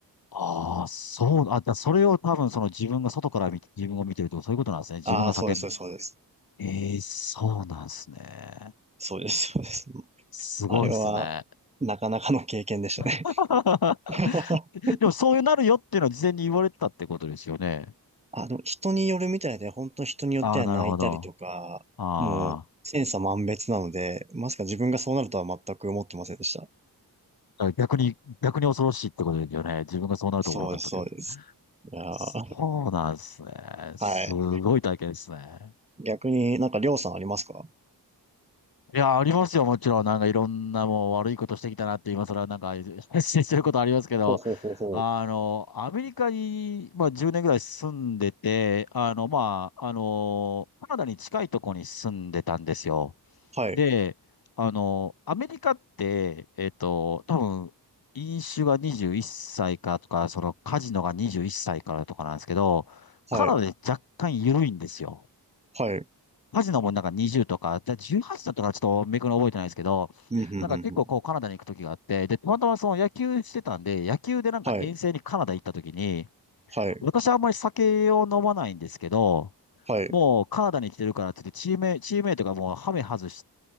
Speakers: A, on the left; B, on the right.
A: ああ、そう、あ、だそれを多分その自分が外から見て、自分を見てるとかそういうことなんですね。自分が叫んで。
B: ああ、そうです、そうです、
A: ええそうなんですね。
B: そうです。そうです、そうです。
A: すごいですね。
B: あれは、なかなかの経験でしたね。
A: <laughs>
B: <laughs>
A: でもそういうなるよっていうのは事前に言われてたってことですよね。
B: あの、人によるみたいで、本当人によっては泣いたりとか、
A: ああ、なるほど。ああ、
B: もう、千差万別なので、まさか自分がそうなるとは全く思ってませんでした。
A: だから逆に、逆に恐ろしいってことですよね。自分がそうなると思わなかったって
B: そうです、そうです。いやー
A: そうなんですね。すごい体験ですね。
B: はい。逆になんか、りょうさんありますか
A: いや、ありますよ、もちろん。なんかいろんなもう悪いことしてきたなって、今更なんか <laughs> 発信してることありますけど、
B: ほうほうほうほう。
A: あの、アメリカに、まあ、10年ぐらい住んでて、あの、まあ、あの、カナダに近いとこに住んでたんですよ。
B: はい、
A: で、あの、アメリカって、えっと、多分、飲酒が21歳からとか、そのカジノが21歳からとかなんですけど、
B: はい、
A: カナダで若干緩いんですよ。
B: はい。
A: カジノもなんか20とか、で18だったからちょっとめくの覚えてないですけど、
B: うん、ふんふんふん。
A: なんか結構こうカナダに行く時があって、で、たまたまその野球してたんで、野球でなんか遠征にカナダ行った時に、
B: はい、はい、
A: 私はあんまり酒を飲まないんですけど、
B: はい。
A: もうカナダに来てるからって言ってチームメイ、チームメイトがもうハメ外し